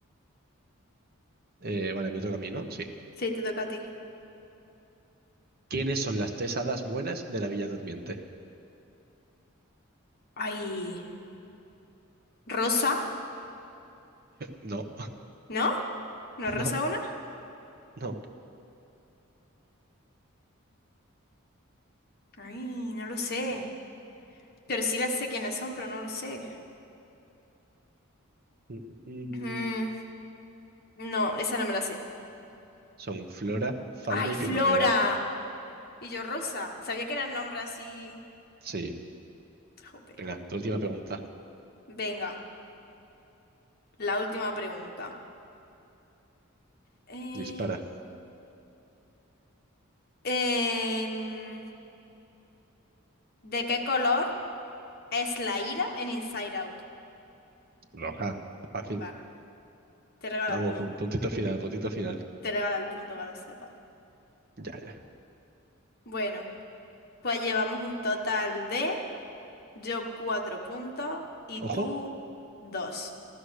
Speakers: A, on the right (about 45°); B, on the left (about 50°).
A: Eh, vale, me toca a mí, ¿no? Sí.
B: Sí, te toca a ti.
A: ¿Quiénes son las tres hadas buenas de la Villa Durmiente?
B: Ay, Rosa,
A: No,
B: ¿no? ¿No
A: <laughs>
B: es Rosa
A: no,
B: una?
A: no.
B: Ay, no lo sé.
A: Eh,
B: Pero sí las sé quiénes son, pero no lo sé.
A: Mm, mm,
B: Mm, no, esa no me la sé.
A: Son flora, fauna
B: Ay,
A: y
B: Flora.
A: primavera.
B: Y yo Rosa. Sabía que eran nombres así.
A: Sí,
B: Jope.
A: venga, tu última pregunta.
B: Venga, la última pregunta. Eh,
A: Dispara.
B: Em, ¿de qué color es la ira en Inside Out?
A: Roja. Fácil.
B: Vale, te regalo
A: Vamos,
B: el punto.
A: pun- puntito final, puntito final.
B: Te regalo el punto que lo sepas.
A: Ya, ya.
B: Bueno, pues llevamos un total de yo cuatro puntos y tú
A: Ojo,
B: dos.